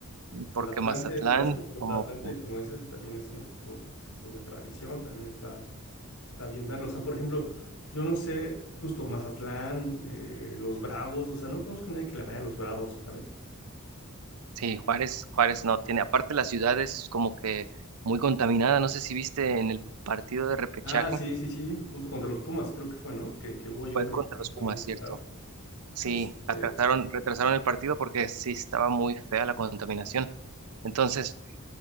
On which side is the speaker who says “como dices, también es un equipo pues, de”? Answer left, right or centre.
Left